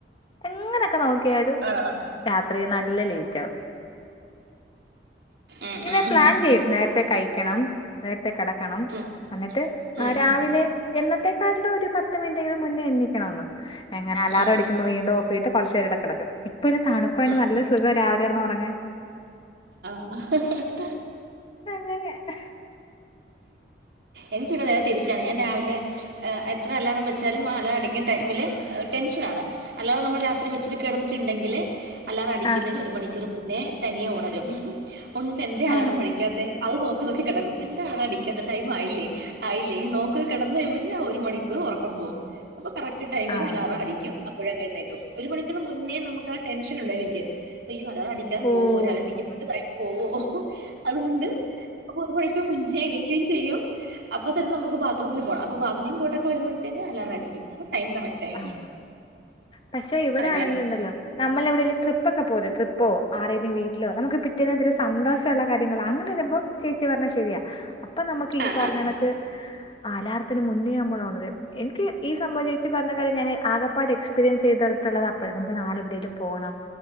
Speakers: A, on the left; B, on the right.
A: എങ്ങനെയൊക്കെ നോക്കി നോക്കിയാലും
B: ആഹ്
A: രാത്രി നല്ല ലേറ്റ് ആകും
B: ഉം
A: ഇങ്ങനെ
B: ഉം
A: പ്ലാൻ ചെയ്യും നേരത്തെ കഴിക്കണം നേരത്തെേ കിടക്കണം
B: ഉം
A: എന്നിട്ട്
B: ഉം
A: രാവിലെ എന്നത്തെേക്കാട്ടിൽ ഒരു പത്ത് മിനിറ്റ് മുന്നേ എണ്ണിക്കണന്ന് എങ്ങനെ അാലാറം
B: ഉം
A: അടിക്കുമ്പോ വീണ്ടും ഓഫീട്ട് കുറച്ചേടെടെ കിടക്കും ഇപ്പ ഇല്ല തണുപ്പായിട്ട്
B: ഉം
A: നല്ല സുഖം രാവില കിടന്ന് ഉറങ്ങാൻ
B: ആ
A: അങ്ങനെ അഹ
B: എനിക്കിവിടെ നേരെ തിരിച്ചാണ് ഞാൻ രാവിലെ എത്ര അല്ലാറം വെച്ചാലും മാല അടിക്കുന്ന ടൈമില് ടെൻഷനാണ് അല്ലാറം നമ്മൾ രാത്രി വെച്ചിട്ട് കിടന്നിട്ടുണ്ടെങ്കില് അലാറം അടിക്കുന്നതിന്
A: ആഹ്
B: ഒരു മണിക്കൂർ മുന്നേ തനിയെ ഒണരും ഉണർന്ന്ട്ട് എന്തേ അലാറം
A: ആം
B: അടിക്കാതെ അത് നോക്കി നോക്കിടക്കും എന്ത അ അടിക്കാത്ത ആയില്ലെ ആയില്ല ഇ നോക്ക കിടന്ന കഴുമ്പോഴത്തേ ഒരു മണിക്കൂർ ഉറക്കം പോവും അപ്പൊ കറക്റ്റ് ടൈമിൽ
A: ആഹ്
B: അലാറം അടിക്കും അപ്പോഴ അങ്ങെഴുന്നേക്കും ഒരു മണിക്കൂന് മുന്നേ നമുക്ക് ആ ടെൻഷൻ ഉണ്ട് എനിക്ക് അയ്യോ അലാറം അടിക്കാതെ
A: ഓഹ്
B: പോവോ രാവിലെ എണീക്കാൻ ടൈം പോവോ അതുകൊണ്ട് അപ്പോയെക്കും <unintelligible> ഞ്ചു എണീക്കെ ചെയ്യും അപ്പൊതെന്നെ നമ്മുക്ക് ബാത്റൂമിൽ പോണം അപ്പൊ ബാത്‌റൂമിൽ പോയിട്ടൊക്കെ വരുമ്പോഴതേന്ന് അലാറടിക്കും അപ്പൊ ടൈം കറക്റ്റ് ആയി
A: ആഹ പക്ഷെ ഇവിടെ
B: അങ്ങനെ
A: ആണെങ്കിൽ ഉണ്ടല്ലോ നമ്മളെ എവിടേലും ട്രിപ്പൊക്കെ പോവുലെ ട്രിപ്പോ ആരേലും വീടിലോ നമ്മുക്കൊക്കെ മറ്റേന്തരി സന്തോഷമുള്ള കാര്യങ്ങൾ അങ്ങനെ വരുമ്പോൾ ചേച്ചി പറഞ്ഞാൽ ശരിയാ അപ്പൊ നമുക്ക് ഈ
B: ആ
A: പറഞ്ഞ
B: ആ
A: ക്ക് ആലാറത്തിന് മുന്നേ നമ്മള് ഒണരും എനിക്ക് ഈ സംബവം ച്ചോ ഇജ്ജ് പറഞ്ഞ കാര്യം ഞാൻ ആക പാടേ എക്സ്പീരിയൻസ് ചെയ്തിട്ടുള്ളത് അപ്പോ നമ്മ നാളെവിടെെലും പോകണം